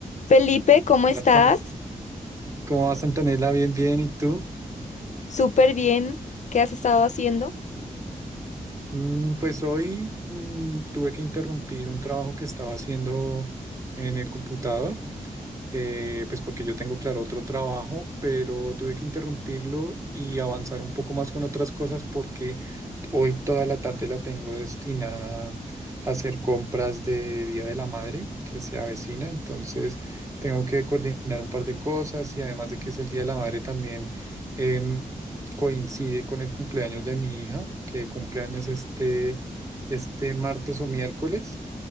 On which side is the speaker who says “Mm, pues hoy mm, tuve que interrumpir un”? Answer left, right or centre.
Right